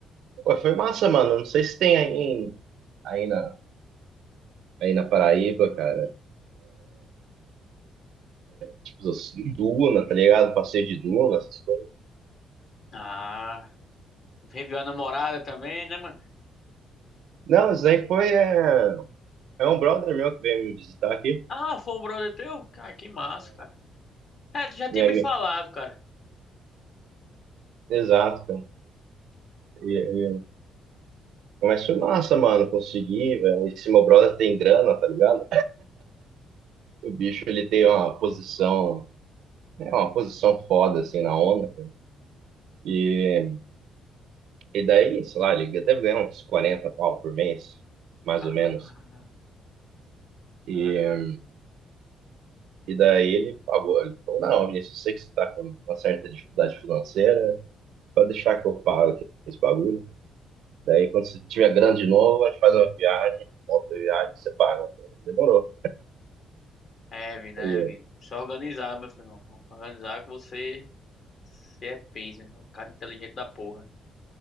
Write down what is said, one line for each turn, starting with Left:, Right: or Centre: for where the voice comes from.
Right: Pô, foi massa, mano. Não sei se tem aí, em- aí, na, aí na Paraíba, cara. Tipo, assim, Duna, tá ligado? Passeio de Duna, essas coisas.
Left: Ah, reviu a namorada também, né, mano?
Right: Não, isso aí foi. É, é um brother meu que veio me visitar aqui.
Left: Ah, foi um brother teu? Cara, que massa, cara. É, tu já tinha
Right: Minha,
Left: me
Right: minha-
Left: falado, cara.
Right: Exato, cara. E- e- Mas foi massa, mano. Consegui, velho. Esse meu brother tem grana, tá ligado? O bicho ele tem uma posição, é uma posição foda assim na onda. E, e daí, sei lá, ele deve ganhar uns 40 pau por mês, mais
Left: Ah,
Right: ou menos. E,
Left: tá.
Right: e daí ele pagou. Ele falou, não, Vinícius, eu sei que você tá com uma certa dificuldade financeira, pode deixar que eu pago aqui esse bagulho. Daí quando você tiver grande de novo, a gente faz uma viagem, volta a viagem, você paga. Demorou.
Left: Evan, né,
Right: E,
Left: Evan? Só organizar, meu filho. Irmão. Organizar que você, você é peso, meu irmão. Um Cara inteligente da porra.